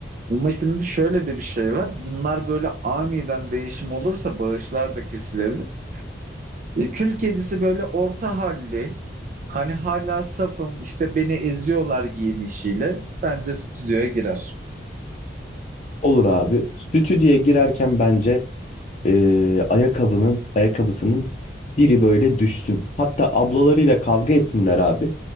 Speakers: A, on the right; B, on the left.
A: ama şimdi şöyle de bir şey var. Bunlar böyle aniden değişim olursa bağışlar da kesilebilir. E, kül kedisi böyle orta halli. Hani hala safım işte beni eziyorlar giyinişiyle. Bence stüdyoya girer.
B: Olur abi. Stüdyoya girerken bence e, ayakkabının ayakkabısının biri böyle düşsün. Hatta ablalarıyla kavga etsinler abi.